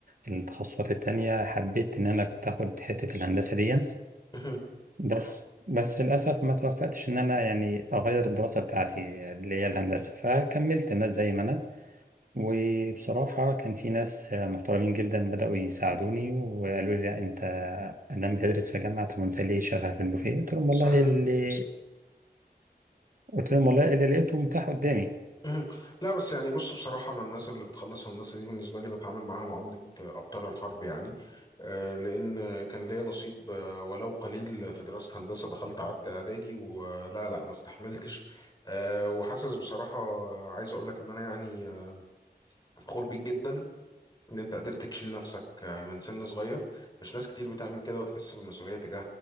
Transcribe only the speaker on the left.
مهم.
صحيح
مهم. لا بس يعني بص بصراحة أنا الناس اللي بتخلص هندسة دي بالنسبة لي بتعامل معاها معاملة أبطال الحرب يعني آه، لأن كان ليا نصيب آه، ولو قليل في دراسة هندسة دخلت قعدت إعدادي ولا لا ما استحملتش آه، وحاسس بصراحة عايز أقول لك إن أنا يعني آه، فخور بيك جدا إن أنت قدرت تشيل نفسك آه، من سن صغير مش ناس كتير بتعمل كده وتحس بالمسؤولية تجاه